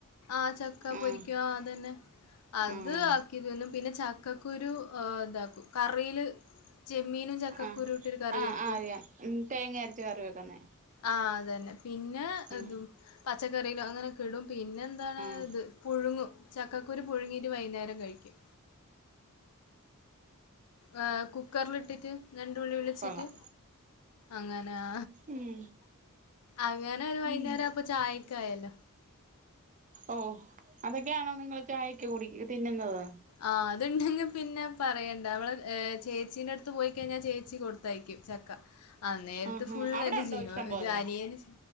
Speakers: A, on the left; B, on the right.
A: ആചക്ക പൊരിക്കുവാ,
B: ആഹ്
A: അതന്നെ അത്
B: ആഹ്
A: ആക്കി തിന്നും പിന്നെ ച ചക്കക്കുരു ആ എന്താക്കും കറിയില്ചെമ്മീനും ചക്കക്കുരുവുമിട്ടൊരുകറി
B: ആഹ് ആഹ്
A: വെക്കും.
B: അറിയാം ഉം തേങ്ങ അരച്ച് കറി വെക്കുന്നേ
A: ആ അതന്നെ പിന്നെ
B: ഉം
A: പച്ചക്കറിയിലോ അങ്ങനെയൊക്കെ ഇപ്പം പിന്നെയെന്താണിത്
B: ഉം
A: പുഴു പുഴുങ്ങും. ചക്കക്കുരു പുഴുങ്ങീട്ടുവൈകുന്നേരം കഴിക്കും. ആ... കുക്കറിലിട്ടിട്ട് രണ്ടു വിളി വിളിച്ചിട്ട്.
B: കൊള്ളാം
A: അങ്ങനെ ആ
B: ഉം
A: അങ്ങനെയൊരു വൈകുന്നേരമപ്പൊ
B: ഉം
A: ചായയൊക്കയായല്ലോ
B: ഓ, അതൊക്കെയാണോ നിങ്ങളുചായക്കു കുടി, തിന്നുന്നത്.
A: ആ അതുണ്ടെങ്കി പിന്നെ പറയണ്ട അവള് ചേച്ചീ അടുത്ത് പോയിക്കഴിഞ്ഞാൽ ചേച്ചി കൊടുത്തയക്കും ചക്ക ആ നേരത്തെ
B: ആഹാ
A: ഫുള്ള്
B: അവിടെ
A: എൻ്റെ
B: ഉണ്ടോ
A: ജിനോ
B: ഇഷ്ടം പോലെ
A: അനിയന്